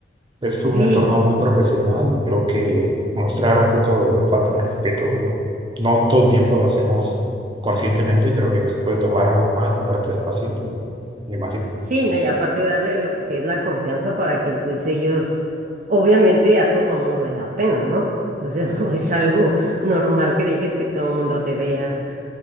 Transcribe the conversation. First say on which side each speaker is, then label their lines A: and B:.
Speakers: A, on the right; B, on the right.
A: es
B: sí,
A: un entorno muy profesional y creo que mostrar un poco de falta de respeto, digo, no todo el tiempo lo hacemos conscientemente, creo que se puede tomar muy mal de parte del paciente, me imagino.
B: sí, no, y aparte darle lo que es la confianza para que pues ellos, obviamente a todo mundo le da pena, ¿no? O sea, <laughs> no es algo normal que dejes que todo el mundo te vea